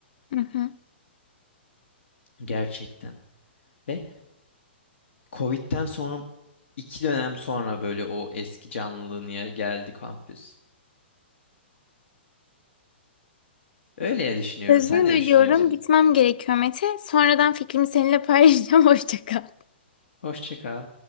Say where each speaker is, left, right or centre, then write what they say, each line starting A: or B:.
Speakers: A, on the left (about 50°); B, on the left (about 80°).
A: Hı hı.
B: gerçekten. Ve Covid'den sonra iki dönem sonra böyle o eski canlılığına geldi kampüs. Öyle ya düşünüyorum.
A: Sözünü
B: Sen ne
A: bölüyorum.
B: düşünüyorsun?
A: Gitmem gerekiyor Mete. Sonradan fikrimi seninle paylaşacağım. <laughs> Hoşça kal.
B: Hoşça kal.